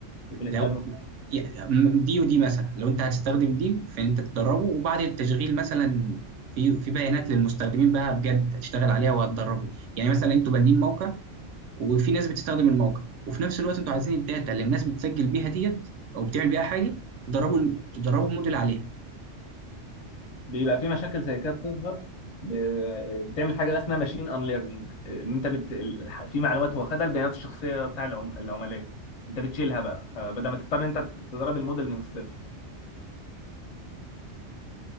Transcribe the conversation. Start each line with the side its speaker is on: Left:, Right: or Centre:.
Left: وبنختبره
Right: لو يا- م- دي ودي مثلا لو انت هتستخدم دي في ان انت تدربه وبعد التشغيل مثلا في في بيانات للمستخدمين بقى بجد هتشتغل عليها وهتدربه يعني مثلا انتوا بانين موقع وفي ناس بتستخدم الموقع وفي نفس الوقت انتوا عايزين الداتا اللي الناس بتسجل بيها ديت او بتعمل بيها حاجه تدربوا تدربوا الموديل عليها
Left: بيبقى في مشاكل زي كده بتظهر ب- بتعمل حاجة بقى اسمها ماشين ان ليرنينج ان انت بت... ال- في معلومات هو خدها البيانات الشخصية بتاع العم... العملاء انت بتشيلها بقى فبدل ما تضطر انت تدرب الموديل من الصفر